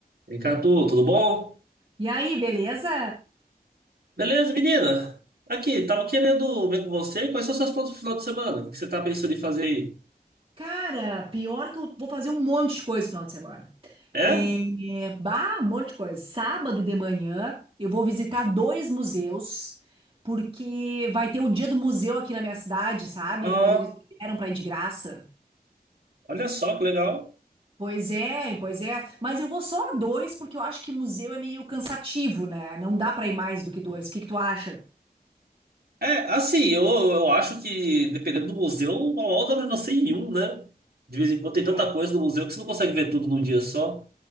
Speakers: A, on the right; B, on the right.
A: Vem tu, tudo bom?
B: E aí, beleza?
A: Beleza, menina? Aqui, tava querendo ver com você quais são seus planos pro final de semana. O que que você tá pensando em fazer aí?
B: Cara, pior que eu vou fazer um monte de coisa no final de semana.
A: É?
B: É, é, bah, um monte de coisa. Sábado de manhã, eu vou visitar dois museus, porque vai ter o dia do museu aqui na minha cidade, sabe?
A: Ah,
B: Quando eles vieram pra ir de graça.
A: olha só que legal.
B: Pois é, pois é. Mas eu vou só a dois, porque eu acho que museu é meio cansativo, né? Não dá pra ir mais do que dois. O que que tu acha?
A: É, assim, eu, eu acho que dependendo do museu, mal dá pra você ir em um, né? De vez em quando tem
B: É,
A: tanta coisa no museu que você não consegue ver tudo num dia só.